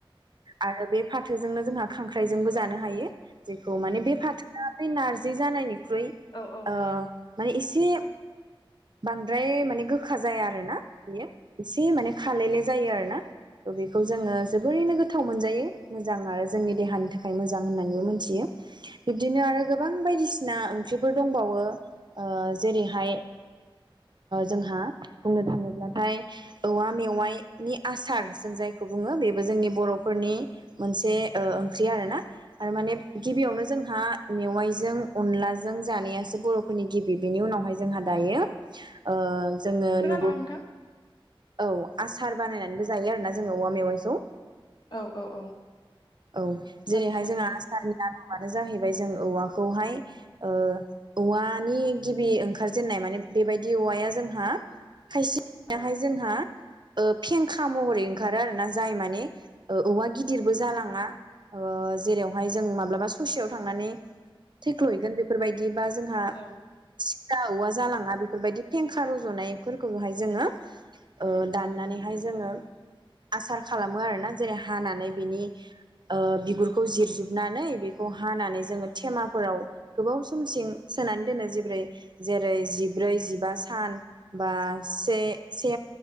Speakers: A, on the right; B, on the left.
A: आरो बे फाथोजोंनो जोंहा खांख्राइजोंबो
B: औ
A: जानो हायो। जेखौ माने बे फाथोआ बे नारजि जानायनि ख्रुइ
B: औ औ
A: ओ
B: हायो
A: माने एसे एसे बांद्राय माने गोखा जाया आरो ना बेयो। एसे माने खालायलाय जायो आरो बेखौ जोङो जोबोरैनो गोथाव मोनजायो मोजां आरो जोंनि देहानि थाखाय मोजां होननानैबो मोनथियो बिब्दिनो आरो गोबां बायदिसिना ओंख्रिफोर दंबावो ओ जेरैहाय जोंहा बुंनो थाङोब्लाथाय औवा मेवाइनि आसार जों जायखौ बुङो बेबो जोंनि बर'फोरनि मोनसे ओ ओंख्रि आरो ना आरो माने गिबियावनो जोंहा मेवाइजों अनलाजों जानायासो बर'फोरनि गिबि बेनि उनावहाय जोंहा दायो ओ जोङो
B: खोनादों
A: नुबो
B: ना नोंथां?
A: औ आसार बानायनानै जायो आरोना जों औवा मेवाइखौ
B: औ औ औ
A: औ
B: थासारि
A: जेरैहाय
B: हिसाबै
A: जोंहा
B: जायो।
A: आसारनिला दङ आनो जाहैबाय जों औवाखौहाय ओ औवानि गिबि ओंखार जेननाय माने बेबायदि औवाया जोंहा खायसेयाहाय
B: औ
A: जोंहा ओ फें खा महरै ओंखारो आरोोना जाय माने औवा गिदिरबो जालाङा ओ जेरावहाय जों माब्लाबा ससेयाव थनानै थैख्ल'हैगोन बेफोरबायदि बा जोंहा
B: औ
A: सिगा औवा जालाङा बेफोरबायदि फेंखा रजनायफोरखौहाय जोङो ओ दाननानैहाय जोङो आसार खालामो आरोोना जेरै हानानै बिनि ओ बिगुरखौ जिरजोबनानै बेखौ हानानै जोङो थेमाफोराव गोबाव समसिम सोनानै दोनो जेरै जेरै जिब्रै जिबा सान बा से से